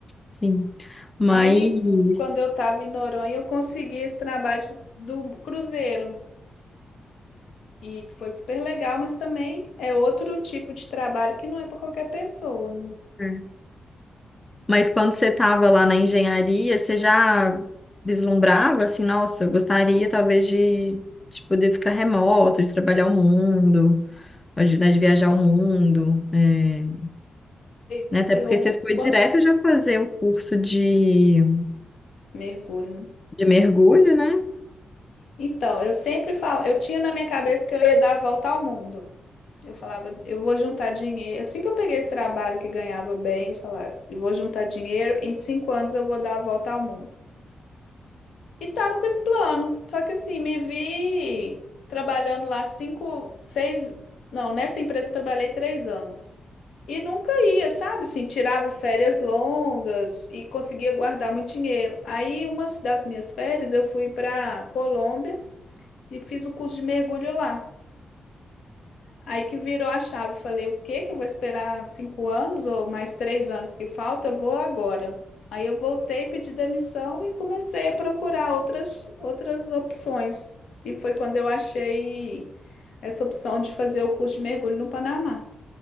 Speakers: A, on the left; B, on the left.
A: sim. Mas,
B: Aí, quando eu estava em Noronha, eu consegui esse trabalho de- do cruzeiro. E que foi super legal, mas também é outro tipo de trabalho que não é para qualquer pessoa, né?
A: É. mas quando você estava lá na engenharia, você já vislumbrava assim, nossa, eu gostaria talvez de, de poder ficar remoto, de trabalhar o mundo, de, né, de viajar o mundo, é,
B: E-
A: né? Até
B: Eu,
A: porque você foi
B: quan-
A: direto já fazer o curso de,
B: Mergulho.
A: de mergulho, né?
B: Então, eu sempre falo, eu tinha na minha cabeça que eu ia dar a volta ao mundo. Eu falava, eu vou juntar dinheiro. Assim que eu peguei esse trabalho que ganhava bem, eu falava, eu vou juntar dinheiro, em cinco anos eu vou dar a volta ao mundo. E tava com esse plano. Só que assim, me vi trabalhando lá cinco, seis. Não, nessa empresa eu trabalhei três anos. E nunca ia, sabe? Assim, tirava férias longas e conseguia guardar muito dinheiro. Aí, uma das minhas férias, eu fui para Colômbia. e fiz o curso de mergulho lá. Aí que virou a chave. Falei, o quê? Que eu vou esperar cinco anos ou mais três anos que falta? Eu vou agora. Aí eu voltei, pedi demissão e comecei a procurar outras, outras opções. E foi quando eu achei essa opção de fazer o curso de mergulho no Panamá.